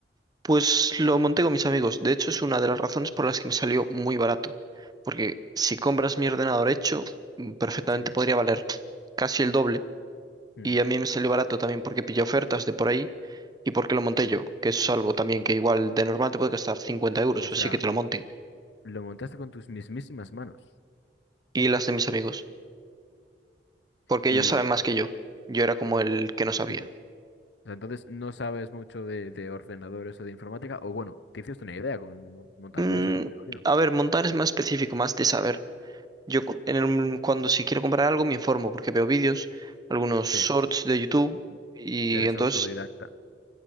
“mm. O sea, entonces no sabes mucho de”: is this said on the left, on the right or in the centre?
Left